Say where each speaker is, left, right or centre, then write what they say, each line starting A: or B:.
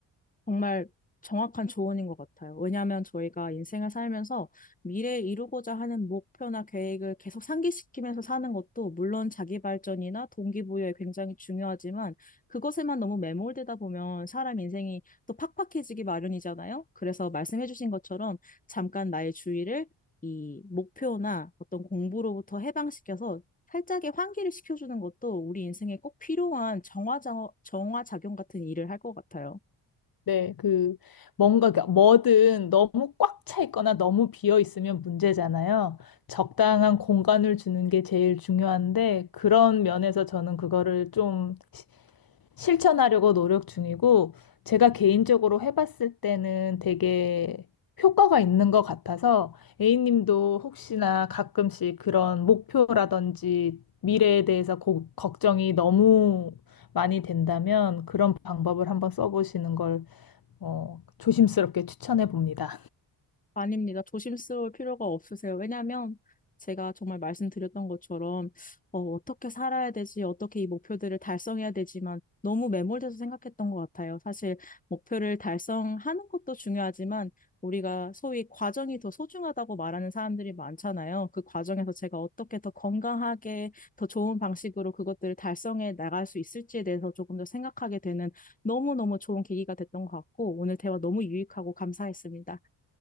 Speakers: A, on the left (about 15°); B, on the left (about 50°).
A: 정말 정확한 조언인 것 같아요. 왜냐하면 저희가 인생을 살면서 미래에 이루고자 하는 목표나 계획을 계속 상기시키면서 사는 것도 물론 자기 발전이나 동기부여에 굉장히 중요하지만 그것에만 너무 매몰되다 보면 사람 인생이 또 팍팍해지기 마련이잖아요. 그래서 말씀해주신 것처럼 잠깐 나의 주의를 이 목표나 어떤 공부로부터 해방시켜서 살짝의 환기를 시켜주는 것도 우리 인생에 꼭 필요한 정화자, 정화작용 같은 일을 할 것 같아요.
B: 네, 그, 뭔가, 그러니까 뭐든 너무 꽉 차 있거나 너무 비어 있으면 문제잖아요. 적당한 공간을 주는 게 제일 중요한데, 그런 면에서 저는 그거를 좀 시- 실천하려고 노력 중이고, 제가 개인적으로 해봤을 때는 되게 효과가 있는 것 같아서, A님도 혹시나 가끔씩 그런 목표라든지 미래에 대해서 고- 걱정이 너무 많이 된다면, 그런 방법을 한번 써보시는 걸 어, 조심스럽게 추천해 봅니다.
A: 아닙니다. 조심스러울 필요가 없으세요. 왜냐하면 제가 정말 말씀드렸던 것처럼 어, 어떻게 살아야 되지, 어떻게 이 목표들을 달성해야 되지만 너무 매몰돼서 생각했던 것 같아요. 사실 목표를 달성하는 것도 중요하지만 우리가 소위 과정이 더 소중하다고 말하는 사람들이 많잖아요. 그 과정에서 제가 어떻게 더 건강하게, 더 좋은 방식으로 그것들을 달성해 나갈 수 있을지에 대해서 조금 더 생각하게 되는 너무너무 좋은 계기가 됐던 것 같고 오늘 대화 너무 유익하고 감사했습니다.